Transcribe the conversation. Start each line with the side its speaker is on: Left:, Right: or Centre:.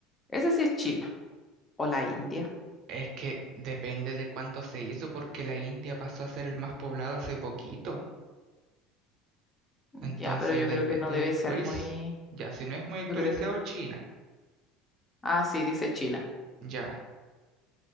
Left: Ese sí es China o la India.
Right: Es que depende de cuándo se hizo, porque la India pasó a ser el más poblado hace poquito. Entonces
Left: Ya, pero yo
Right: depende
Left: creo que no debe
Right: del
Left: ser
Right: quiz.
Left: muy...
Right: Ya, si no es muy actualizado,
Left: Yo creo que
Right: China.
Left: Ah, sí, dice China.
Right: Ya.